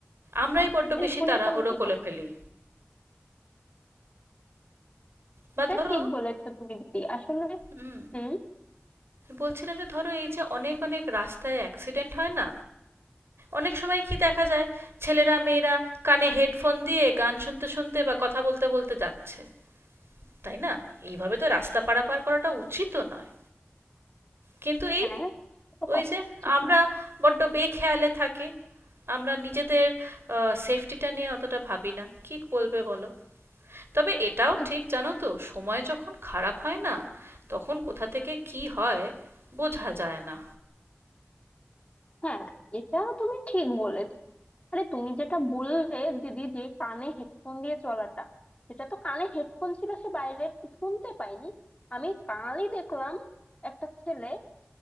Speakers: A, on the right; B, on the left.
A: আমরাই
B: হ্যাঁ আমাদের
A: বড্ড বেশি
B: ভুলের
A: তাড়াহুড়ো
B: কারণেই
A: করে
B: হয়
A: ফেলি বা
B: এটা
A: ধরো
B: ঠিক বলেছো তুমি দিদি আসলে
A: হুম
B: হুম
A: বলছিলাম যে ধরো এই যে অনেক অনেক রাস্তায় অ্যাক্সিডেন্ট হয় না অনেক সময় কি দেখা যায় ছেলেরা মেয়েরা কানে হেডফোন দিয়ে গান শুনতে শুনতে বা কথা বলতে বলতে যাচ্ছে তাই না এইভাবে তো রাস্তা পারাপার করাটা উচিতও নয় কিন্তু এই
B: হ্যাঁ হ্যাঁ হ্যাঁ, এটা তো
A: ওই
B: কখনো
A: যে
B: উচিত
A: আমরা
B: নয়
A: বড্ড বেখেয়ালে থাকে আমরা নিজেদের সেফটিটা নিয়ে অতটা ভাবি না কি বলবে বলো তবে এটাও
B: উম,
A: ঠিক জানো তো সময় যখন খারাপ হয় না তখন কোথা থেকে কি হয় বোঝা যায় না
B: হ্যাঁ এটা তুমি ঠিক বলেছো আরে তুমি যেটা বললে দিদি যে কানে হেডফোন দিয়ে চলাটা সেটা তো কানে হেডফোন ছিল সে বাইরের শুনতে পাইনি আমি কালই দেখলাম একটা ছেলে